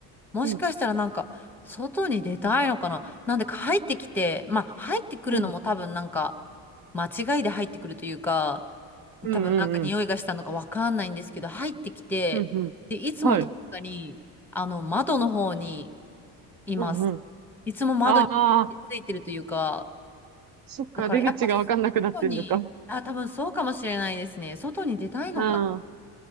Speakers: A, in the centre; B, on the right (about 45°).
A: もしかしたらなんか、
B: うん。
A: 外に出たいのかななんでか入ってきて、まあ入ってくるのも多分なんか、
B: うん。
A: 間違いで入ってくるというか、
B: うんうんうん。
A: 多分なんか匂いがしたのかわかんないんですけど、入ってきて、
B: うんうん。
A: で、いつも確かに、
B: はい。
A: あの、窓の方にいます。
B: うんうん。
A: いつも窓に張り付いてるというか、
B: ああ、そっか、
A: だからやっぱ
B: 出口がわかんなくなってんのか。
A: 外に、あ、多分そうかもしれないですね。外に出たいのか。
B: うん。